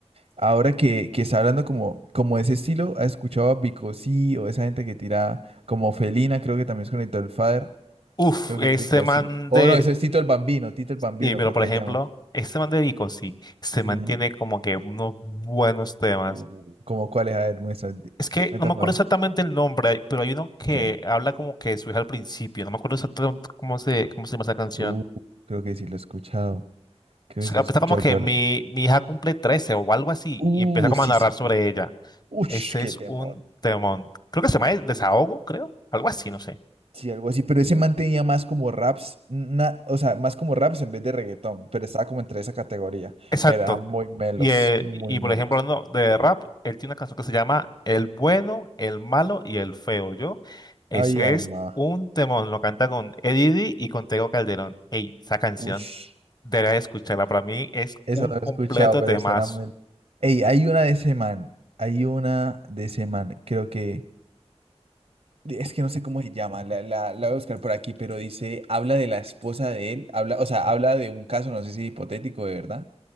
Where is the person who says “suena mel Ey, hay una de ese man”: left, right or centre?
Right